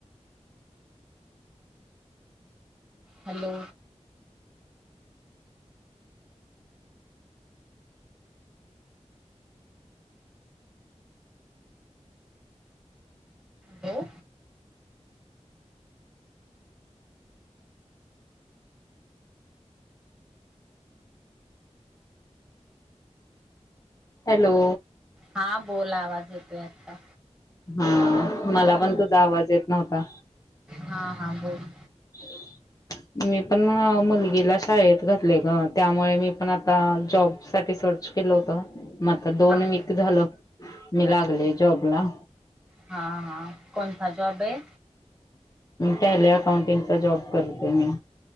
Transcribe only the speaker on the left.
हॅलो!
हा मला पण तुझा आवाज येत नव्हता.
<unintelligible> मी पण मुलगीला शाळेत घातलय ग त्यामुळे मी पण आता जॉब साठी सर्च केल होत मग आता दोन
वीक झालं मी लागले जॉब ला
टॅली अकाउंटिंगचा जॉब करते मी